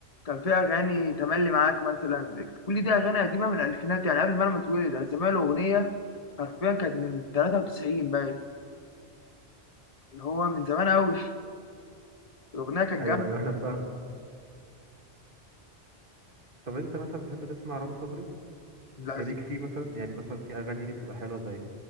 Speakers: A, on the left; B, on the right.
A: كان فيها اغاني تملي معاك مثلا كل دي اغاني قديمه من الالفينات يعني قبل ما انا ما اتولد انا سامع له اغنيه حرفيا كانت من 93 باين اللي هو من زمان قوي الاغنيه كانت
B: ايوه
A: جامده
B: ايوه انا فاهم طب انت مثلا بتحب تسمع رامي صبري
A: لا
B: إيه ليك فيه مثلا يعني مثلا في اغاني ليه بتبقى حلوه زي